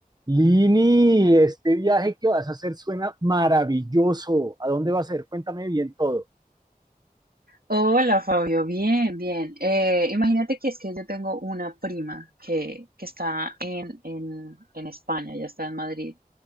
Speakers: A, on the right; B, on the right.
A: Lini, este viaje que vas a hacer suena maravilloso. ¿A dónde va a ser? Cuéntame bien todo.
B: Hola Fabio, bien, bien. Eh, imagínate que es que yo tengo una prima que, que está en, en, en España, ya está en Madrid,